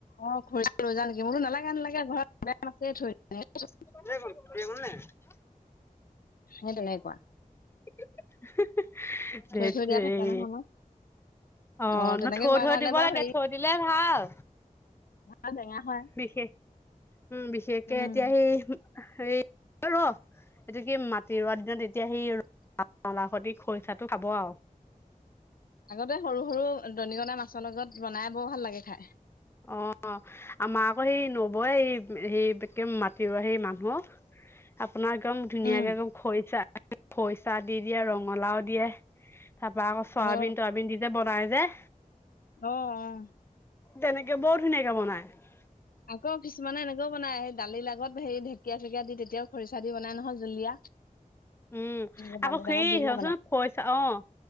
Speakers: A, on the left; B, on the left.
A: অহ, খৰিছা লৈ যাম নেকি? মই বোলো নেলাগে-নেলাগে ঘৰত <unintelligible> বৈয়ামত আছে থৈ দিয়া।
B: <unintelligible>
A: সে তেনেকুৱা।
B: <unintelligible> ধেৎ
A: থৈ
B: তেৰি।
A: দিয়া থাকে নহয় আমাৰ
B: অহ,
A: অ তেনেকে
B: ন' থৈ-থৈ
A: কোৱা কাৰণে
B: দিব
A: বাৰু
B: লাগে
A: হেৰি
B: থৈ দিলে ভাল।
A: আৰু টেঙা হয়
B: বিশষ উম, বিশেষকে
A: উম
B: এতিয়া সেই হেৰী অহ ৰহ এইটো কি মাটি ৰোৱা দিনত এতিয়া সি <unintelligible> খৰিচাটো খাব আৰু।
A: আগতে সৰু-সৰু দনিকণা মাছৰ লগত বনাই বৰ ভাল লাগে খাই।
B: অহ, আমাৰ আকৌ সেই নবৌয়ে এই সেই এক মাতিব সেই মানুহক আপোনাৰ একদম ধুনীয়াকে
A: উম।
B: একদম খৰিচা- খৰিচা দি দিয়ে, ৰঙালাও দিয়ে তাৰপা আকৌ চয়াবিন-তয়াবিন
A: অ
B: দি যে বনাই যে
A: অহ - অহ
B: তেনেকে বৰ ধুনীয়াকে বনায়।
A: আকৌ কিছুমানে এনেকেও বনাই এই দালিৰ লগত সেই ঢেকীয়া -চেকীয়া দি তেতিয়াও খৰিচা দি বনাই নহয় জুলীয়া।
B: উম,
A: এনেকে
B: আকৌ
A: দালিৰ
B: সেই
A: লগত
B: <unintelligible>
A: দি পেলাই বনাই
B: খৰিচা অ',